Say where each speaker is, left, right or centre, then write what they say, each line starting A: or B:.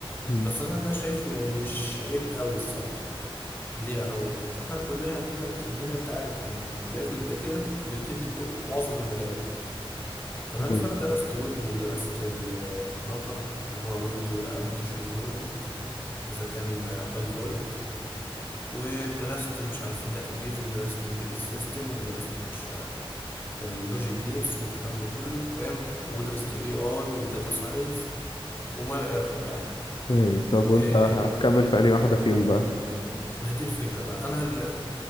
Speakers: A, on the left; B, on the left.
A: مم.
B: بس أنا ده شايفه يعني مش عيب قوي الصراحة ليه انا اقول لك احنا الكليه عندنا بتدينا انت عارف يعني الكليات اللي زي كده بتدي كو- معظم المجالات تمام
A: ايوه
B: فانا درست ويب ودرست آه، فلاتر اللي هو ويب ابلكيشن ديفلوبمنت اذا كان آه، اندرويد ودرست مش عارف بيز ودرست امبيدد سيستم ودرست مش لوجيك جيتس والكلام ده كله فاهم ودرست اي اي وداتا ساينس وما الى اخره يعني
A: ايوه طب وانت
B: آه،
A: هتكمل في انهي واحدة فيهم بقى
B: ما هي دي الفكرة بقى أنا ال-